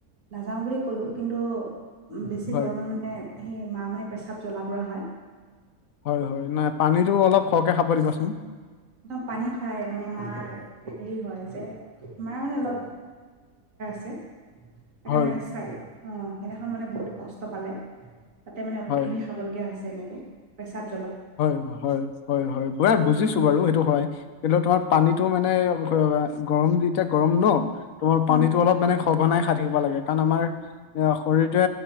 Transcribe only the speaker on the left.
হয়
হয় হয়। নাই পানীটো অলপ সৰহকে খাব দিবাচোন।
হয়
হয়
হয় হয় হয় হয় হয় বুঢ়া বুজিছো
বাৰু সেইটো হয় কিন্তু তাৰ পানীতটো মানে গৰম দি এতিয়া গৰম ন তোমাৰ পানীটো
অলপ মানে খবা নাই থাকিব লাগে কাৰণ আমাৰ শৰীৰটে